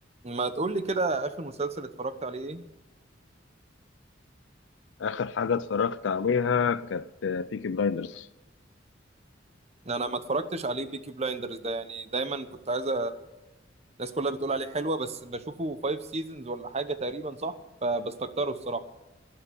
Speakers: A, on the right; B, on the left.
A: ما تقول لي كده اخر مسلسل اتفرجت عليه ايه
B: آخر حاجة اتفرجت عليها كانت بيكي بلايندرز
A: انا ما اتفرجتش عليه بيكي بلايندرز ده يعني دايما كنت عايز أ- الناس كلها بتقول عليه حلوة بس بشوفه فايف سيزونز ولا حاجة تقريبا صح فبستكتره الصراحة